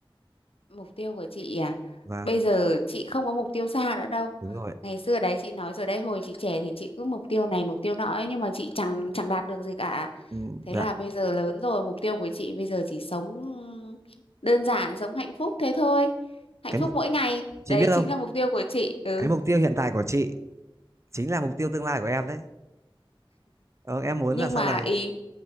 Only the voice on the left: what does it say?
mục tiêu của chị à
bây giờ chị không có mục tiêu xa nữa đâu
ngày xưa đấy chị nói rồi đấy hồi chị trẻ thì chị cứ mục tiêu này mục tiêu nọ ấy, nhưng mà chị chẳng chẳng đạt được gì cả
Thế
là bây giờ lớn rồi, mục tiêu của chị bây giờ chỉ sống đơn giản, sống hạnh phúc thế thôi. Hạnh
phúc
mỗi ngày,
đấy
chính là mục tiêu của chị. Ừ.
nhưng
mà
ý